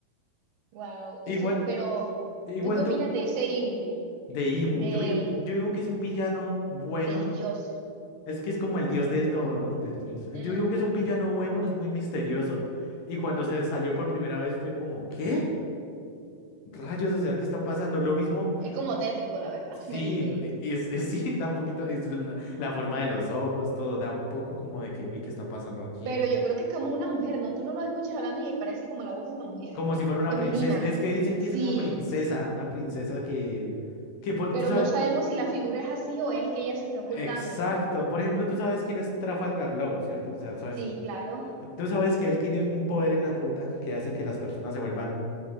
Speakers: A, on the right (about 85°); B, on the left (about 70°).
A: Wow.
B: Igual,
A: Ese, pero,
B: igual
A: ¿tú qué opinas
B: tú.
A: de ese Imu?
B: De Imu,
A: De,
B: yo, digo- yo digo que es un villano bueno,
A: del dios.
B: es que es como el dios del todo, ¿no? Del-
A: Ujú.
B: yo digo que es un villano bueno, es muy misterioso, y cuando se salió por primera vez fue como, ¿qué? Rayos, o sea, ¿qué está pasando? Lo mismo,
A: Es como tétrico, la verdad.
B: sí,
A: <laughs> Me dio miedito.
B: e- es, es- <laughs> sí, da un poquito, es la, la forma de los ojos, todo, da un poco como de que, uy, ¿qué está pasando aquí?
A: Pero yo creo que es como una mujer, ¿no? Tú no lo escuchas hablando y parece como la voz de una mujer.
B: Como si fuera una
A: Femenina.
B: princesa, es que dicen
A: Sí.
B: que es una princesa, una princesa que, que por,
A: pero
B: tú sabes,
A: no sabemos si la figura es así o es que ella se está ocultando,
B: exacto,
A: ¿no?
B: por ejemplo, tú sabes quién es Trafalgar Law, ¿cierto? O sea, sabes
A: Sí, claro,
B: Tú sabes que él tiene un poder en la fruta que hace que las personas se vuelvan,